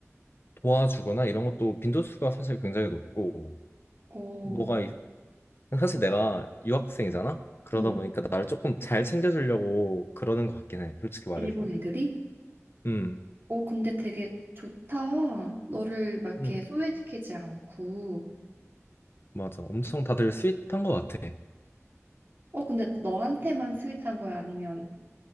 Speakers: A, on the left; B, on the right.
A: 도와주거나 이런 것도 빈도수가 사실 굉장히 높고
B: 어,
A: 뭐가 있- 사실 내가 유학생이잖아? 그러다
B: 응.
A: 보니까 나를 조금 잘 챙겨주려고 그러는 것 같긴 해, 솔직히 말해서.
B: 일본 애들이?
A: 음.
B: 어, 근데 되게 좋다. 너를 막
A: 음,
B: 이렇게 소외시키지 않고.
A: 맞아. 엄청 다들 스윗한 것 같아.
B: 어, 근데 너한테만 스윗한 거야? 아니면